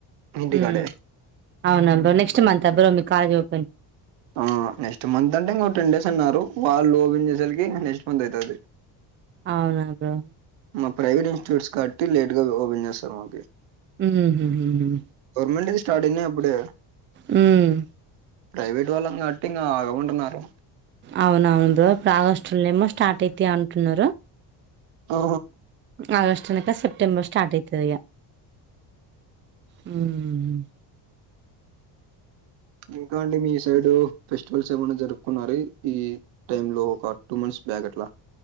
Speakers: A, on the right; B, on the right.
A: ఇంటికాడే
B: మ్మ్ అవున బ్రో నెక్స్ట్ మంత్ ఆ బ్రో మీ కాలెజ్ ఓపన్
A: ఆ నెక్స్ట్ మంత్ అంటే ఇంక టెన్ డేస్ అన్నారు వాళ్ళు ఓపెన్ చేశాలకి ఇగ నెక్స్ట్ మంత్ అయితాది
B: అవునా బ్రో
A: మా ప్రైవేట్ ఇన్స్టిట్యూట్స్ కాబట్టి లేట్ గా ఓపెన్ చేస్తారు మాకి
B: మ్మ్ మ్మ్
A: గవర్నమెంటివి స్టార్ట్ అయినాయి అబ్బుడే
B: మ్మ్
A: ప్రైవేట్ వాళ్ళం కాబట్టి ఇంకా అగమంటున్నారు
B: అవునవును బ్రో ఇపుడు ఆగస్టులేనేమో స్టార్ట్ అయితాయి అంటున్నారు
A: ఆ
B: ఆగస్ట్ అనక సెప్టెంబర్ స్టార్ట్ అయితది ఇగా మ్మ్
A: ఇంకా అండి మీ సైడ్ ఫెస్టివల్స్ ఏమన్నా జరుపుకున్నారు ఈ టైంలో ఒక టూ మంత్స్ బ్యాక్ అట్లా